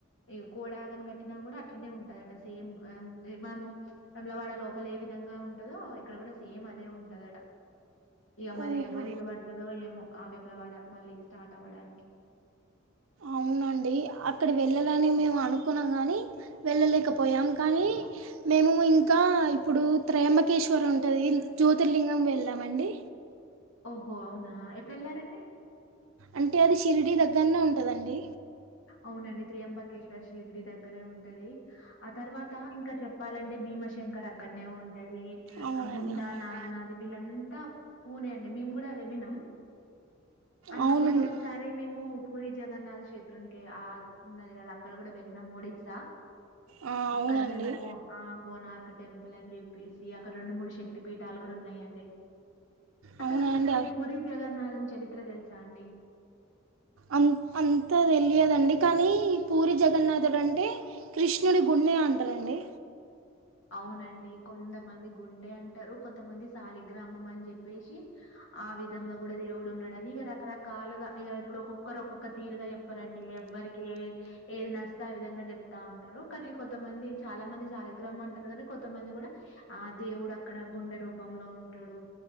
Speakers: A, on the left; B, on the right.
A: ఇక కూడాగని కట్టిన కూడా అట్లనే ఉంటదట సేమ్ మనము తమలవాడ లోపల ఏ విధంగా ఉంటదో ఇక్కడ కూడా సేమ్ అదే ఉంటదట ఇక మరి
B: ఓహో
A: ఎన్ని రోజులు పడుతుందో ఏమో ఆవేల వాడ మళ్ళీ స్టార్ట్ అవ్వడానికి
B: అవునండి అక్కడ వెళ్ళాలని మేము అనుకున్నాం కానీ వెళ్ళలేకపోయాము కానీ మేము ఇంకా ఇప్పుడు త్రయాంబకేశ్వరం ఉంటుంది జ్యోతిర్లింగం వెళ్ళామండి
A: ఓహో అవునా ఎప్పుడు వెళ్లారండి
B: అంటే అది షిర్డీ దగ్గరనే ఉంటదండి
A: అవునండి త్రి అంబకేశ్వర షిర్డి దగ్గరే ఉంటది ఆ తర్వాత ఇంకా చెప్పాలంటే భీమశంకర్ అక్కడనే ఉంటది
B: అవునండి
A: హుడా
B: అవును
A: నాగ్నాది వీళ్ళంతా పూనే అండి మేము కూడా వెళ్ళినం అంత
B: అవునండి
A: ముందు ఒకసారి మేము పూరి జగన్నాథ్ క్షేత్ర ఆ ఉన్నది అద అక్కడ కూడా వెళ్ళిన మోడిసా
B: ఆ,
A: అక్కడ
B: అవునండి
A: మేము కో ఆ కోనార్క్ టెంపుల్ అని చెప్పేసి అడ రెండు మూడు శక్తి పెట్ పట్టాలు కూడా ఉన్నాయండి అసలు
B: అవునా
A: మీకు
B: అండి
A: ఈ పూరి జగన్నాథం చరిత్ర ఎత్ర తెలు చాండడి
B: అంత అంతా తెలియదండి కానీ పూరి జగన్నాథుడు అంటే కృష్ణుడి గుండె అంటారండి
A: అవునండి కొంతమంది గుండె అంటారు కొంతమంది సాలిగ్రామం అని చెప్పేసి ఆ విధంగా కూడా దేవుడు ఉన్నాడుని ఇక రకరకాలుగా ఇక ఇప్పుడు ఒక్కొక్కరు ఒక్కొక్క తీరుగా చెప్పారండి ఎవ్వరికి ఏది నస్త ఆ విధంగా చెప్తా ఉంటారు కానీ కొంతమంది చాలా మంది సాలిగ్రామం అంట ారు కానీ కొంతమంది కూడా ఆ దేవుడు అక్కడ గుండె రూపంలో ఉంటాడు